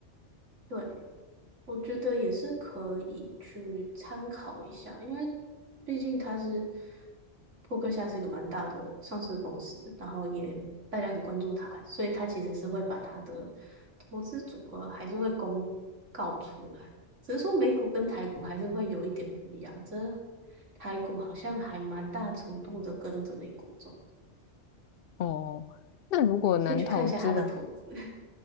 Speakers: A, on the right; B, on the left.
A: 对。我觉得也是可以去参考一下，因为毕竟它是扑克夏是一个蛮大的上市公司，然后也大家很关注它，所以它其实是会把它的投资组合还是会公告出来，只是说美股跟台股还是会有一点不一样，这台股好像还蛮大程度的跟着美股走，
B: 哦，那如果能投资的，
A: 可以去看一下它的投资。<laughs>